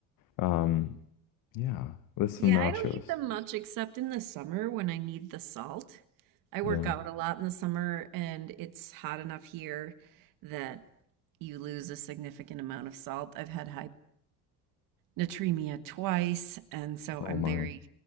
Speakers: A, on the left; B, on the right.
A: Um, yeah, with some
B: Yeah,
A: nachos.
B: I don't eat them much except in the summer when I need the salt. I
A: Yeah.
B: work out a lot in the summer and it's hot enough here that you lose a significant amount of salt. I've had hyponatremia twice, and so
A: Oh
B: I'm
A: my.
B: very